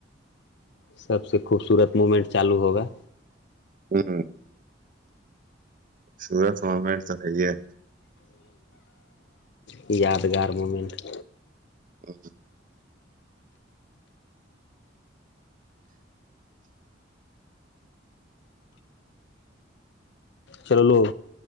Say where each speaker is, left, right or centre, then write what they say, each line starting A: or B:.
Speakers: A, on the left (about 65°); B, on the right (about 45°).
A: سب سے خوبصورت موومنٹ چالو ہوگا
B: ہوں <inaudible> سورت ممنٹ تو ہے ہی ہے <inaudible>
A: ب یادگار مومنٹ <inaudible>
B: ا <inaudible>
A: چللو